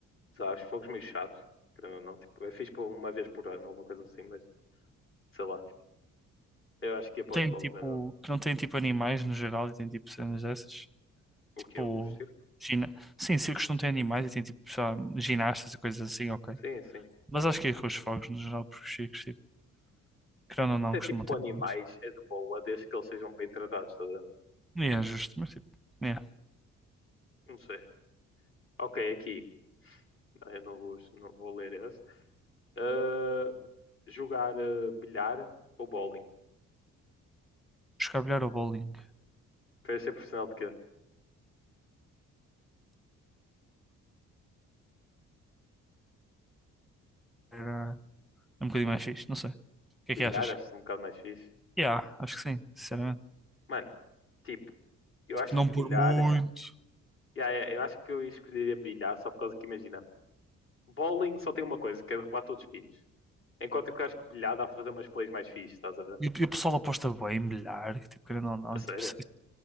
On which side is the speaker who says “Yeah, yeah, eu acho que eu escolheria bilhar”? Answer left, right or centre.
Left